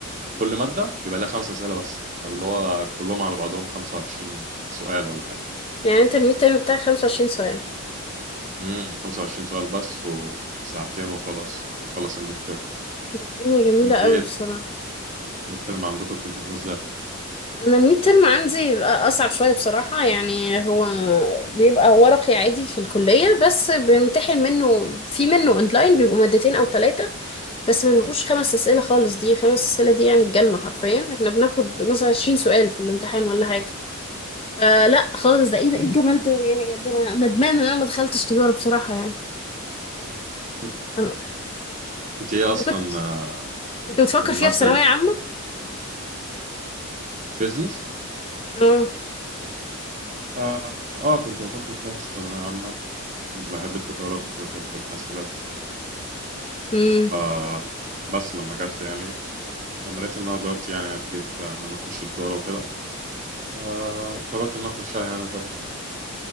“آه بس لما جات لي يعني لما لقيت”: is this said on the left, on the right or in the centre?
Right